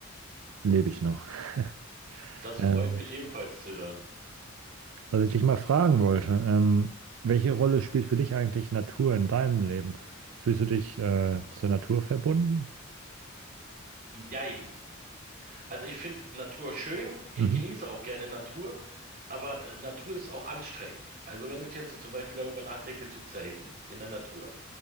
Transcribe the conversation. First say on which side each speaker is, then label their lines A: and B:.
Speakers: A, on the right; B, on the right.
A: lebe ich noch. <laughs>
B: Das
A: Ähm,
B: freut mich ebenfalls zu hören.
A: was ich dich mal fragen wollte, ähm, welche Rolle spielt für dich eigentlich Natur in deinem Leben? Fühlst du dich äh, zur Natur verbunden?
B: Jein. Also ich finde Natur schön. Ich
A: Mhm.
B: genieße auch gerne Natur, aber äh, Natur ist auch anstrengend. Also wenn ich jetzt so zum Beispiel darüber nachdenke zu zelten in der Natur.